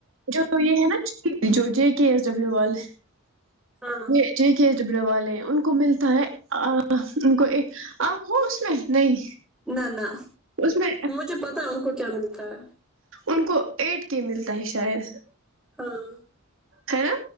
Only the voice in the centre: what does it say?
ہاں
نہ نہ
مجھے پتا ان کو کیا کررمتا ہے
ہاں